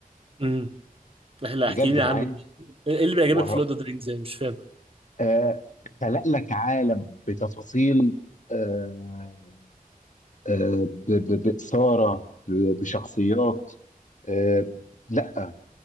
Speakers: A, on the right; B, on the left.
A: امم احنا احكي
B: بجد
A: لي عنه
B: معايا
A: ايه اللي بيعجبك
B: وه...
A: في لورد اوف ذا رينجز يعني مش فاهم
B: آه خلق لك عالم بتفاصيل آه آه، ب- ب- بإثارة ب- بشخصيات آه، لا آه،